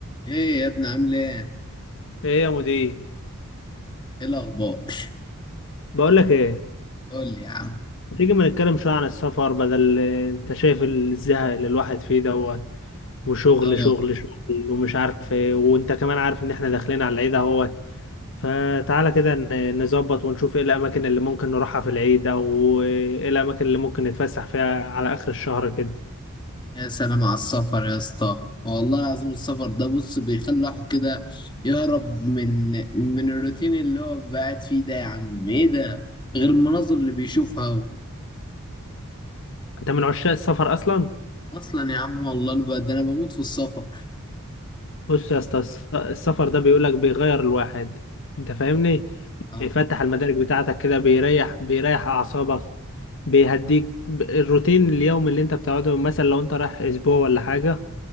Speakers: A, on the left (about 20°); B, on the left (about 60°).
A: ايه يا ابني عامل ايه؟
B: ايه يا مدير
A: ايه الاخبار؟
B: بقول لك ايه
A: قول لي يا عم
B: ما تيجي ما نتكلم شويه عن السفر بدل انت شايف الزهق اللي الواحد فيه دوت وشغل
A: اه
B: شغل شغل ومش عارف ايه وانت كمان عارف ان احنا داخلين على العيد اهوت فتعالى كده ن- نظبط ونشوف ايه الاماكن اللي ممكن نروحها في العيد او ايه الاماكن اللي ممكن نتفسح فيها على اخر الشهر كده
A: يا سلام على السفر يا اسطى والله العظيم السفر ده بص بيخلي الواحد كده يهرب من من الروتين اللي هو بيبقى قاعد فيه ده يا عم ايه ده؟ غير المناظر اللي بيشوفها هو.
B: انت من عشاق السفر اصلا
A: اصلا يا عم والله انا ب- ده انا بموت في السفر
B: بص يا اسطى الس- السفر ده بيقولك بيغير الواحد انت فاهمني
A: اه
B: بيفتح المدارك بتاعتك كده بيريح بيريح اعصابك بيهديك ب- الروتين اليوم اللي انت بتقعده مثلا لو انت رايح اسبوع ولا حاجة